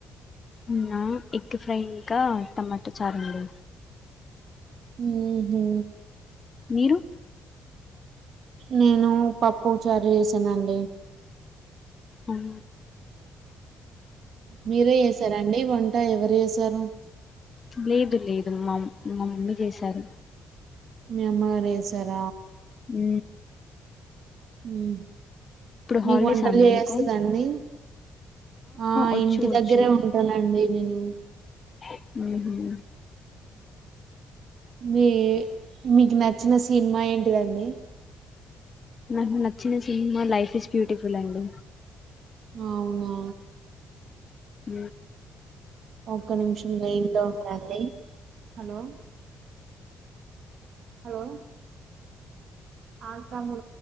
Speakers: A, on the left; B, on the right.
A: ఉనా ఎగ్ ఫ్రై ఇంకా టమాటా చారండి
B: హ హ
A: మీరు
B: నేను పప్పు చార చేసానండి
A: అవు
B: మీరే చేసారాండి వంట ట్టా ఎవరు చేసారు
A: లేదు లేదు మా మా మమ్మీ చేశారు
B: మీ అమ్మగారుేసార
A: హ
B: ఉ మీకు
A: హాలిడేసా
B: వంటలు
A: అండి
B: చేయస్తుందండి
A: మీకు
B: ఆ
A: వచ్చు
B: ఇంటి
A: వచ్చు
B: దగ్గరే ఉంటానండి న నేను
A: ఉ
B: మీ మీకు నచ్చిన సినిమా ఏంటిదండి
A: నాకు నచ్చిన సినిమా లైఫ్ ఇస్ బ్యూటిఫుల్ అండి
B: అవునా
A: అ
B: ఒక్క నిమిషం గయింద ఉండి హలో హలో అంతము